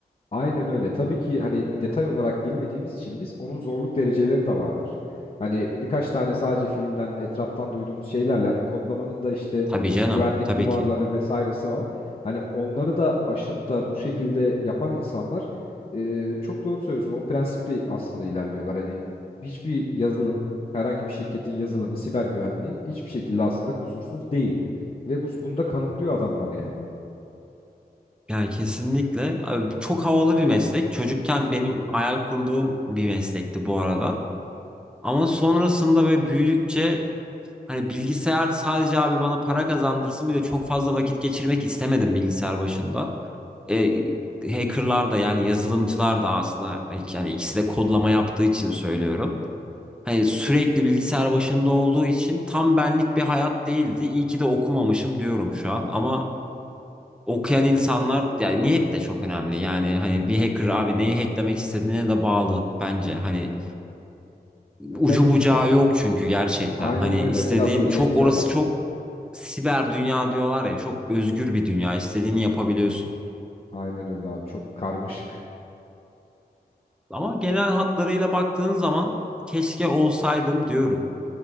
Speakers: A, on the left; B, in the centre.
A: Aynen öyle. Tabii ki hani detay olarak bilmediğimiz için biz onun zorluk dereceleri de vardır. Hani birkaç tane sadece filmden etraftan duyduğumuz şeylerle hani kodlamanın da işte
B: Tabii canım,
A: güvenlik
B: tabii
A: duvarları
B: ki.
A: vesairesi var. Hani onları da aşıp da bu şekilde yapan insanlar e, çok doğru söylüyorsun. O prensiple aslında ilerliyorlar. Hani hiçbir yazılım, herhangi bir şirketin yazılımı, siber güvenliği hiçbir şekilde aslında kusursuz değil. Ve bu, bunu da kanıtlıyor adamlar yani.
B: Yani kesinlikle Abi çok havalı bir meslek. Çocukken benim hayal kurduğum bir meslekti bu arada. Ama sonrasında ve büyüdükçe hani bilgisayar sadece abi bana para kazandırsın bir de çok fazla vakit geçirmek istemedim bilgisayar başında. e, hackerlar da yani yazılımcılar da aslında e, yani ikisi de kodlama yaptığı için söylüyorum. Hani sürekli bilgisayar başında olduğu için tam benlik bir hayat değildi. İyi ki de okumamışım diyorum şu an ama okuyan insanlar yani niyet de çok önemli. Yani hani bir hacker abi neyi hacklemek istediğine de bağlı bence. Hani
A: <laughs>
B: ucu
A: tabii
B: bucağı
A: ki de.
B: yok çünkü gerçekten.
A: Aynen
B: Hani
A: öyle.
B: istediğin
A: Biraz da niyeti
B: çok orası
A: de önemli.
B: çok siber dünya diyorlar ya çok özgür bir dünya. İstediğini yapabiliyorsun.
A: Aynen öyle abi. Çok karmaşık.
B: Ama genel hatlarıyla baktığın zaman keşke olsaydım diyorum